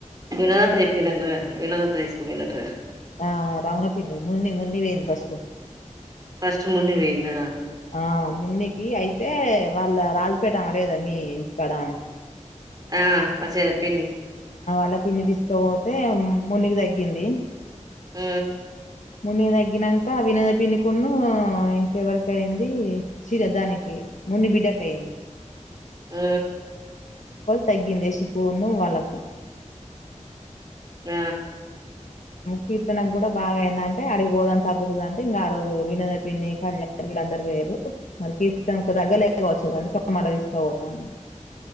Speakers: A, on the right (about 30°); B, on the left (about 70°).
A: వినోద తె తీప్పిందింట వినోద తె తీసుకు పయిందింట
B: ఆ రౌన పిన్న మున్నిి మున్నిి పోయింది ఫస్ట్
A: ఫస్ట్ మున్ని పోయిందా
B: ఆ మున్నికి ఐదు యే వాళ్ళ రాజపేట అక్కడేదా మీ ఇంటికాడమె
A: ఆ మచ్చేద పిన్నీ
B: అలా పిండి తీసుకపోతే మునికి తగ్గింది
A: ఆ
B: మున్ని తగ్గినక వినద పిన్నికును ఇంకెవరిక అయింది చిర దానికి మున్ని బిడ్డకు అయింది
A: హ్మ్మ్
B: తగ్గింది యాసికుూను వాళ్ళకు
A: ఆ
B: కీర్తనకు కూడా బాగా ఏందంటే అడిగి గోదం తగ్గుతుంది అంటే ఇంకా ఆ రోజు వినోద పిండి కళ్యాణ వీళ్ళందరుూ పోయిరు మరి కీర్తన తగ వచ్చు అందుక మళ్ళా తీసుక పోతాను